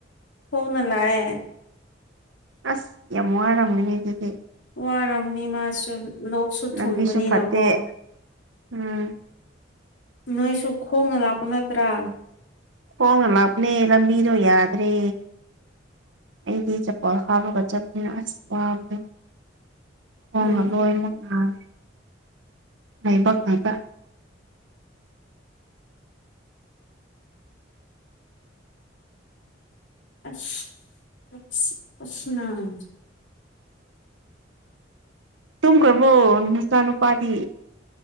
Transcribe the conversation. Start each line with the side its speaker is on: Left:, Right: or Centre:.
Left: ꯈꯣꯡꯅ ꯂꯥꯛ ꯑꯦ
Right: ꯑꯁ ꯌꯥꯝ ꯋꯔꯝꯒꯅꯤ ꯑꯗꯨꯗꯤ
Left: ꯋꯥꯔꯝꯅꯤ ꯃꯥꯁꯨ ꯂꯣꯛꯁꯨ
Right: ꯂꯝꯕꯤꯁꯨ
Left: ꯊꯨꯡꯕꯅꯤꯅꯀꯣ
Right: ꯐꯠꯇꯦ ꯎꯝ
Left: ꯅꯣꯏꯁꯨ ꯈꯣꯡꯅ ꯂꯥꯛꯄ ꯅꯠꯇ꯭ꯔꯥ
Right: ꯍꯣꯡꯅ ꯂꯥꯛꯞꯅꯦ ꯂꯝꯕꯤꯗꯣ ꯌꯥꯗ꯭ꯔꯦ ꯑꯩꯗꯤ ꯆꯄꯣꯠ ꯍꯥꯞꯄꯒ ꯆꯠꯄꯅꯤꯅ ꯑꯁ ꯋꯥꯕꯗꯣ ꯈꯣꯡꯉ
Left: ꯎꯝ
Right: ꯂꯣꯏꯅꯃꯛ ꯅꯥꯥꯏꯔꯦ ꯂꯩꯥꯏꯕꯛ ꯉꯥꯛꯇ
Left: ꯑꯁ ꯎꯁꯅꯝ <unintelligible>
Right: ꯇꯨꯝꯈ꯭ꯔꯕꯣ ꯅꯆꯥ ꯅꯨꯄꯥꯗꯤ